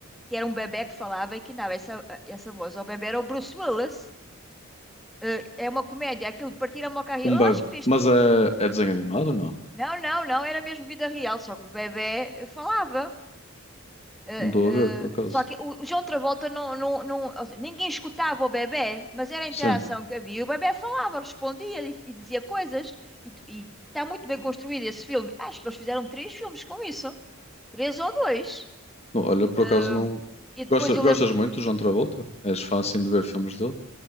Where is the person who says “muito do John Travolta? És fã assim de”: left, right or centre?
Left